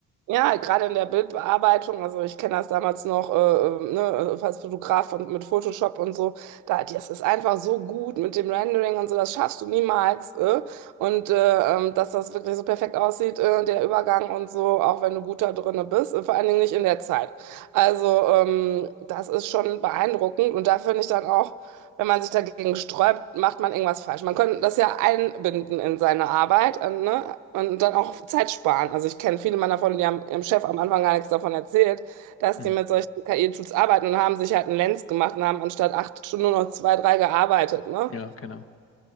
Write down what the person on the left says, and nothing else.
Hm.
Ja, genau.